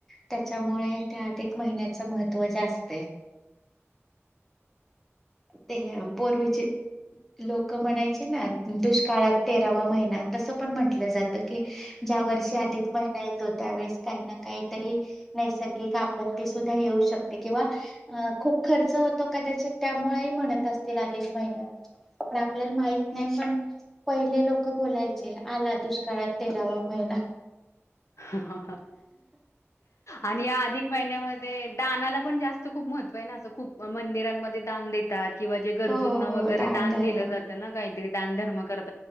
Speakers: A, in the centre; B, on the left.
A: त्याच्यामुळे त्या अधिक महिन्याच महत्व जास्तय ते <unintelligible> पूर्वीचे लोकं म्हणायचे ना दुष्काळात तेरावा महिना तसं पण म्हंटलं जातं कि ज्या वर्षी अधिक महिना येतो त्यावेेळेस काही ना काहीतरी नैसर्गिक आपत्ती सुद्धा येऊ शकते किंवा खूप खर्च होतो कदाचित त्यामुळेही म्हणत असतील अधिक महिन्या पण आपल्याला माह नाही पण पहिले लोक बोलायचे आला दुष्काळात तेरावा महिना
B: ह हा आणि या अधिक महिन्यामध्ये दानाला पण जास्त खूप महत्व ना असं खूप मंदिरांमध्ये दान देतात किंवा जे गरजूंना
A: हो हो
B: वगैरे
A: दानधर्म
B: दान दिलं जातं ना काहीतरी दान धर्मक म्ह